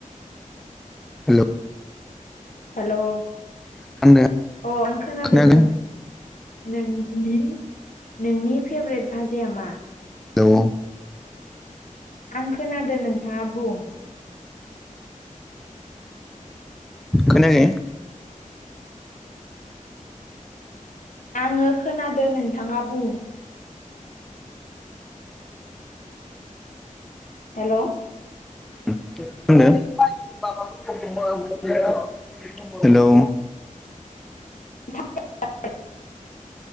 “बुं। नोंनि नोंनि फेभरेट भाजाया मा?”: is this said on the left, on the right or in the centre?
Left